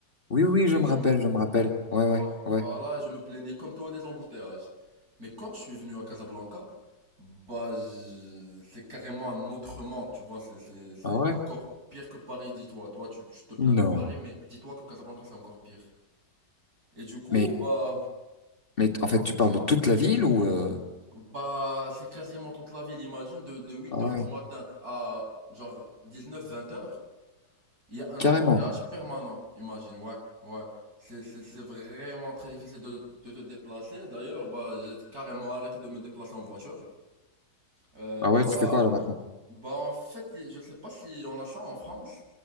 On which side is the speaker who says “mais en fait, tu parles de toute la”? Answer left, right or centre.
Left